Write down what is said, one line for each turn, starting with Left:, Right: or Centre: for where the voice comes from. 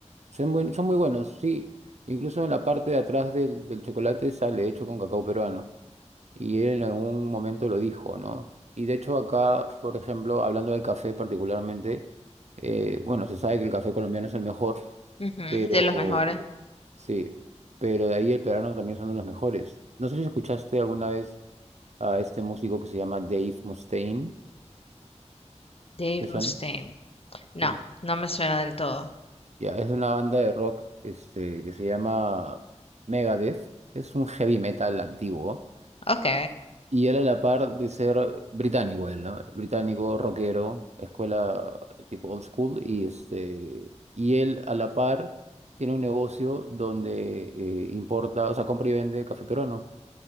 Right: Son buen- son muy buenos, sí. Incluso en la parte de atrás del, del chocolate sale hecho con cacao peruano. Y él en algún momento lo dijo, ¿no? Y de hecho acá, por ejemplo, hablando del café particularmente, eh, bueno, se sabe que el café colombiano es el mejor,
Left: Ujú,
Right: pero
Left: de los mejores.
Right: sí, pero de ahí el peruano también son de los mejores. No sé si escuchaste alguna vez a este músico que se llama Dave Mustaine,
Left: Dave
Right: ¿te suena?
Left: Mustaine. No,
Right: Sí.
Left: no me suena del todo.
Right: Ya, es de una banda de rock este, que se llama Megadeth. Es un heavy metal antiguo.
Left: Ok.
Right: Y él a la par de ser británico, él, ¿no? Británico, rockero, escuela tipo old school. Y, este, y él a la par tiene un negocio donde eh, importa, o sea, compra y vende café peruano.